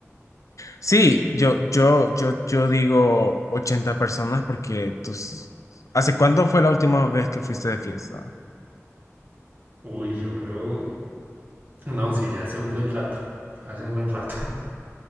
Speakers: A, on the left; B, on the right.
A: Sí, yo, yo, yo, yo digo ochenta personas porque tú... s- ¿Hace cuándo fue la última vez que fuiste de fiesta?
B: Uy, yo creo, no, sí, ya hace un buen rato, hace un buen rato.